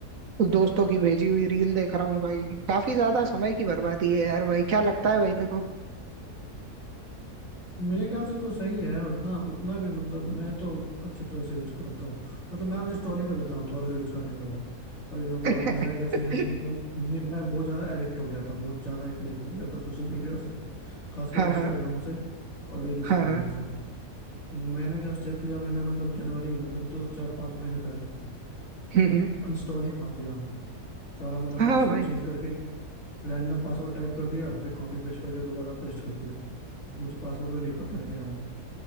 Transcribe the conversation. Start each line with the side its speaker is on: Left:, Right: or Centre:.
Right: दोस्तों की भेजी हुई रील देख रहा हूँ भाई काफी ज्यादा समय की बर्बादी है यार भाई क्या लगता है भाई देखो
Left: मेरे ख्याल से तो सही है उतना उतना भी मतलब मैं तो अच्छे तरह से यूज करता हूँ मतलब मैं अनइंस्टॉल ही कर देता हूँ थोड़ा देर यूज करने के बाद अब ये मतलब
Right: <laughs>
Left: मेरा क्या सीन है कि मतलब मैं मैं बहुत ज़्यादा एडिक्ट हो गया था बहुत ज़्यादा ही एडिक्ट हो गया था सोशल मीडिया से खासकर
Right: हाँ
Left: इंस्टाग्राम
Right: हाँ
Left: से और रील स्क्रॉलिंग
Right: हाँ हाँ
Left: से मैंने क्या स्टेप लिया मैंने मतलब जनवरी मतलब दो चार पाँच महीने पहले
Right: हम्म हम्म,
Left: अनइंस्टॉल ही मार दिया सारा मतलब
Right: हाँ
Left: पासवर्ड
Right: भाई
Left: चेंज करके रैंडम पासवर्ड टाइप कर दिया फिर कॉपी पेस्ट करके दोबारा पेस्ट कर दिया तो मुझे पासवर्ड में नहीं पता है क्या है